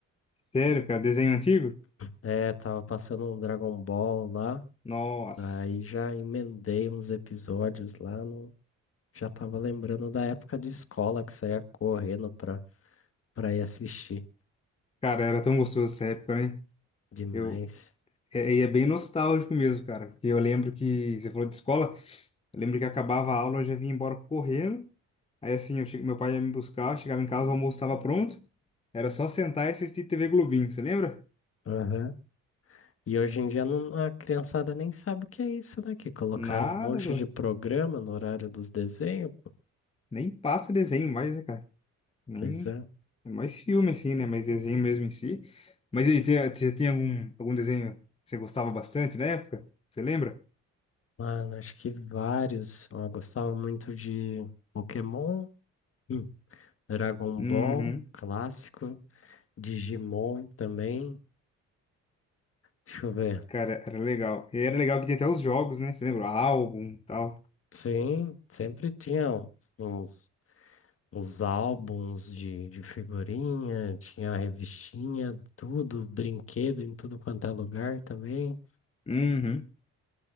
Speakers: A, on the left; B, on the left.
A: Sério, cara, desenho antigo?
B: É, tava passando um Dragon Ball lá.
A: Nossa,
B: aí já emendei uns episódios lá no. Já tava lembrando da época de escola que saía correndo pra, pra ir assistir.
A: cara, era tão gostoso essa época, né?
B: Demais.
A: Eu, é, e é bem nostálgico mesmo, cara, porque eu lembro que você falou de escola. Eu lembro que acabava a aula, eu já vinha embora correndo. Aí assim, eu che- meu pai ia me buscar, eu chegava em casa, o almoço estava pronto. Era só sentar e assistir TV Globinho, você lembra?
B: Aham. E hoje em dia não- a criançada nem sabe o que é isso, né? Que colocaram
A: Nada,
B: um monte
A: pô.
B: de programa no horário dos desenhos.
A: Nem passa desenho mais, né, cara? Nem...
B: Pois é.
A: É mais filme, assim, né? Mais desenho mesmo em si. Mas e aí, tem- você tem algum, algum desenho que você gostava bastante na época? Você lembra?
B: Mano, acho que vários. Eu gostava muito de Pokémon, hum, Dragon
A: Uhum.
B: Ball, clássico, Digimon também. Deixa eu ver.
A: Cara, era legal. E era legal que tinha até os jogos, né? Você lembra? O álbum e tal.
B: Sim, sempre tinha uns os álbuns de, de figurinha, tinha a revistinha, tudo, brinquedo em tudo quanto é lugar também. <laughs>
A: Uhum.